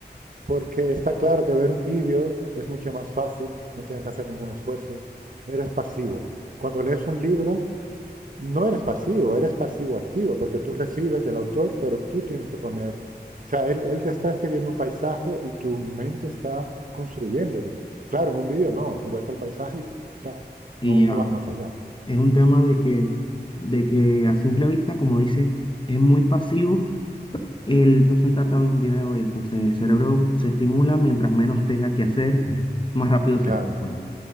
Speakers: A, on the right; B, on the left.
A: porque está claro que ver un vídeo es mucho más fácil, no tienes que hacer ningún esfuerzo, eres pasivo. Cuando lees un libro, no eres pasivo, eres pasivo-activo, porque tú recibes del autor, pero tú tienes que poner, o sea, él, él te está escribiendo un paisaje y tu mente está construyéndolo. Claro, en un vídeo no, tú ves el paisaje y está,
B: Y
A: no,
B: ya
A: no vas más allá.
B: es un tema de que, de que a simple vista, como dices, es muy pasivo el tú sentarte a ver un video y entonces el cerebro se estimula mientras menos tenga que hacer, más rápido se
A: Claro.
B: estimula,